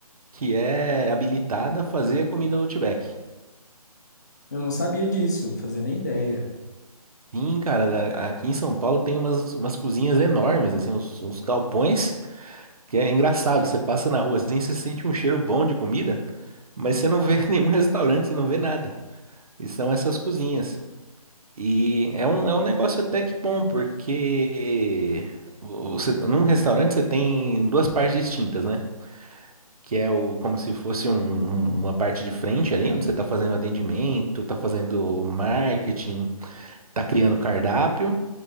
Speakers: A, on the right (about 70°); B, on the left (about 30°).
A: que é habilitada a fazer a comida do Outback.
B: Eu não sabia disso, não fazia nem ideia.
A: Sim, cara, da- aqui em São Paulo tem umas, umas cozinhas enormes, assim, uns, uns galpões, que é engraçado. Você passa na rua assim, você sente um cheiro bom de comida, mas você não vê <laughs> nenhum restaurante, você não vê nada. E são essas cozinhas. E é um, é um negócio até que bom, porque você, num restaurante você tem duas partes distintas, né? Que é o, como se fosse um- um, uma parte de frente ali, onde você está fazendo atendimento, está fazendo marketing, está criando cardápio.